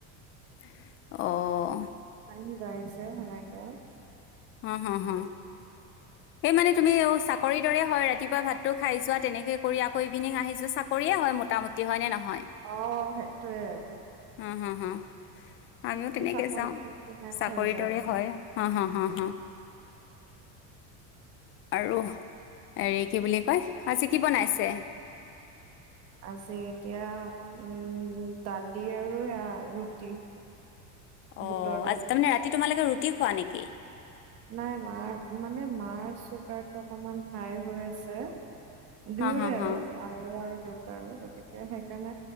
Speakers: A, on the left; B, on the right.
A: অ'
B: পাই নি গ়িছে সেনেকে আৰু
A: অ হ হ এই মানে তুমি অ চাকৰিৰ দৰে হয় ৰাতিপুৱা ভাতটো খাই যোৱা তেনেকে কৰি আকৌ ইভিনিং আহিছো চাকৰিয়ে হয় মোটামুটি হয় নহয়
B: আহ সেইটোৱে
A: হা হা হা আমিও তেনেকে
B: চাকৰি
A: যাও
B: কিমান
A: চাকৰি
B: হৈ যায়।
A: দৰে হয় হা হা হা হ আৰু হৰি কি বুলি কয় আ চি কি বনাইছে
B: আজি এতিয়া উম দাল দি আৰু সেয়া ৰুটি
A: অ
B: বুটৰ
A: তাৰমানে
B: দালি।
A: ৰাতি তোমালোকে ৰুটি খোৱা নেকি
B: নাই মাৰ মানে মাৰ চুগাৰটো অকণমান হাই হৈ আছে দুয়োৰে
A: হা হা হা
B: আৰু ম আৰু দেউতাৰো গতিকে সেইকাৰণে